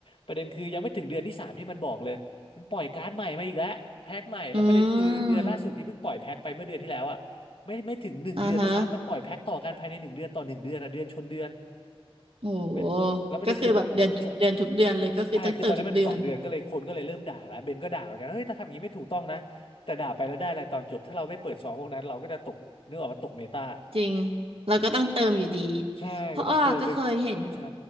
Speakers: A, on the left; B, on the right.
A: ประเด็นคือยังไม่ถึงเดือนที่สามที่มันบอกเลยมันปล่อยการ์ดใหม่มาอีกแล้วแพ็คใหม่แล้วประเด็นคือเดือนล่าสุดที่เพิ่งปล่อยแพ็คไปเมื่อเดือนที่แล้วอะไม่ไม่ถึงหนึ่งเดือนด้วยซ้ำมันปล่อยแพ็คต่อกันภายในหนึ่งเดือนต่อหนึ่งเดือนอะเดือนชนเดือน
B: <laughs> อืม อ่าฮะโหก็คือแบบเดือนเดือนทุกเดือนเลยก็คือต้องเติมทุกเดือน
A: เป็นแล้วประเด็นคือใช่คือตอนนั้นมันสองเดือนก็เลยคนก็เลยเริ่มด่าแล้วเบนก็ด่าเหมือนกันเฮ้ยถ้าทำอย่างนี้ไม่ถูกต้องนะแต่ด่าไปแล้วได้อะไรตอนจบถ้าเราไม่เปิดซองพวกนั้นเราก็จะตกนึกออกมาตกเมตา
B: จริงเราก็ต้องเติมอยู่ดี
A: ใช่ก็ต้องเติมไป
B: เพราะอ้อก็เคยเห็น
A: ใช่